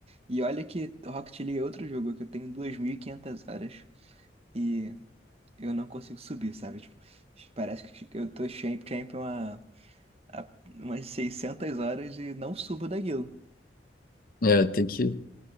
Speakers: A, on the right (about 35°); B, on the left (about 55°).
A: E olha que Rocket League é outro jogo que eu tenho 2.500 horas e eu não consigo subir, sabe? Tipo, parece que eu tô champ- champion há, há umas 600 horas e não subo daquilo.
B: É, tem que.